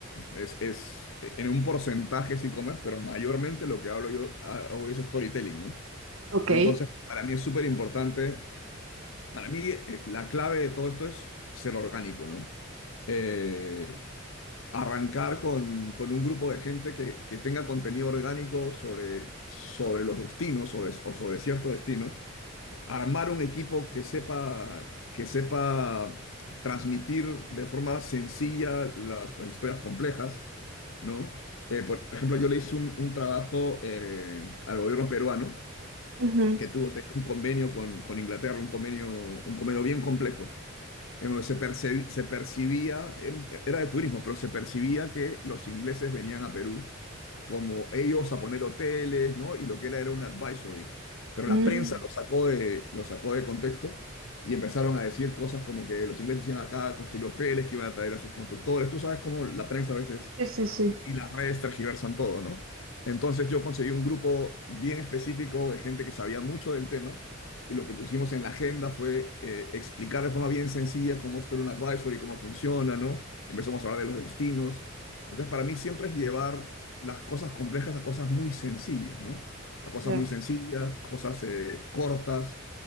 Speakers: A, on the left; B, on the right.
A: es, es en un porcentaje es e-commerce, pero mayormente lo que hablo yo hago es storytelling, ¿no?
B: Ok.
A: Entonces, para mí es súper importante, para mí eh, la clave de todo esto es ser orgánico, ¿no? Eh, arrancar con, con un grupo de gente que, que tenga contenido orgánico sobre, sobre los destinos sobre, o sobre ciertos destinos, armar un equipo que sepa, que sepa transmitir de forma sencilla las, las historias complejas, ¿no? Eh, por ejemplo, yo le hice un, un trabajo eh, al gobierno peruano
B: Ujú.
A: que tuvo tenía un convenio con, con Inglaterra, un convenio, un convenio bien complejo en donde se, percebi- se percibía, era, un- era de turismo, pero se percibía que los ingleses venían a Perú como ellos a poner hoteles, ¿no? Y lo que era era un advisory. Pero
B: Mm.
A: la prensa lo sacó de, lo sacó de contexto y empezaron a decir cosas como que los ingleses iban acá a construir hoteles, que iban a traer a sus constructores. Tú sabes cómo la prensa a veces
B: Sí, sí, sí.
A: y y las redes tergiversan todo, ¿no? Entonces yo conseguí un grupo bien específico de gente que sabía mucho del tema y lo que pusimos en la agenda fue eh, explicar de forma bien sencilla cómo esto era un advisory, cómo funciona, ¿no? Empezamos a hablar de los destinos. Entonces para mí siempre es llevar las cosas complejas a cosas muy sencillas, ¿no? A cosas
B: Ya.
A: muy sencillas, cosas eh, cortas